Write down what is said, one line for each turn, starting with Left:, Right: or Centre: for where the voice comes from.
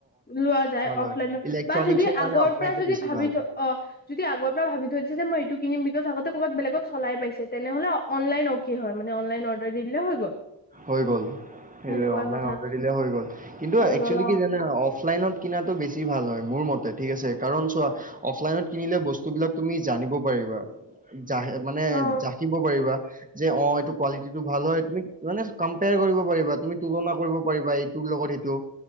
Left: লোৱা যায় অফলাইন
Right: হয় ইলেক্ট্ৰনিকছৰ
Left: বা যদি
Right: কাৰণে
Left: আগৰ
Right: অফলাইনটো
Left: পৰা যদি
Right: বেছি
Left: ভাবি
Right: ভাল
Left: থ অ যদি আগৰ পৰা ভাবি থৈ দিছে যে মই এইটো কিনম বিকজ আগতে ক'ৰবাত বেলেগত চলাই পাইছে তেনেহ'লে অনলাইন কি হয় মানে অনলাইন অৰ্ডাৰ দিলে হৈ গ'ল।
Right: হৈ গল
Left: সেনেকুৱা
Right: এই অনলাইন
Left: কথা
Right: অৰ্ডাৰ দিলে হৈ গ'ল কিন্তু এইটো
Left: হৈ
Right: একচুৱেলি
Left: গ'ল অ
Right: কি জানা অফলাইনত কিনাাতটো বেছি ভাল হয়। মোৰ মতে ঠিক আছে কাৰণ চোৱা অফলাইনত কিনিলে বস্তুবিলাক তুমি জানিব পাৰিবা। জ মানে
Left: অ
Right: জাকিব পাৰিবা। যে অ এইটো কোৱালিটিটো ভাল হয় তুমি মানে কম্পেয়াৰ কৰিব পাৰিবা তুমি তুলনা কৰিব পাৰিবা এইটো লগত সেইটো